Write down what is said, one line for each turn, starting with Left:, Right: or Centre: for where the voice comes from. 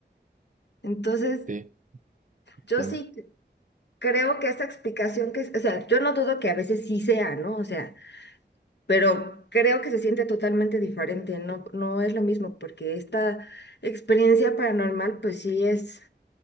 Left: Entonces,
Right: sí,
Left: yo
Right: ya
Left: sí
Right: me
Left: creo que esta explicación que, es- o sea, yo no dudo que a veces sí sea, ¿no? O sea pero creo que se siente totalmente diferente, no, no es lo mismo, porque esta experiencia paranormal, pues sí es